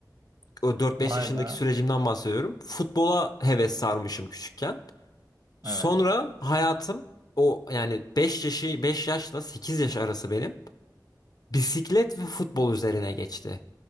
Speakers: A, on the left (about 60°); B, on the right (about 55°).
A: o 4-5
B: Vay
A: yaşındaki
B: be.
A: sürecimden bahsediyorum. Futbola heves sarmışım küçükken. Sonra
B: Evet.
A: hayatım o yani beş yaşı 5 yaşla 8 yaş arası benim bisiklet ve futbol üzerine geçti.